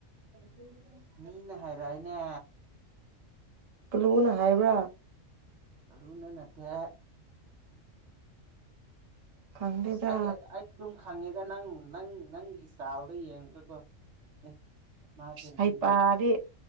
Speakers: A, on the right (about 35°); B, on the right (about 60°).
A: ꯕꯅꯤꯗ
B: ꯃꯤꯅ ꯍꯥꯏꯔꯛꯏꯅꯦ
A: ꯀꯂꯨꯅ ꯍꯥꯏꯕ꯭ꯔꯥ
B: ꯀꯂꯨꯅ ꯅꯠꯇꯦ
A: ꯈꯪꯗꯦꯗ
B: ꯑꯁ ꯑꯩ ꯑꯥ ꯑꯩ ꯑꯗꯨꯝ ꯈꯪꯉꯦꯗ ꯅꯪ ꯅꯪ ꯅꯪꯒꯤ ꯁꯇꯥꯢꯜꯗꯣ ꯌꯦꯡꯔꯀꯣ ꯑꯦ ꯃꯥꯁꯨꯑꯗꯨꯗꯤ
A: ꯍꯩꯄꯥꯗꯤ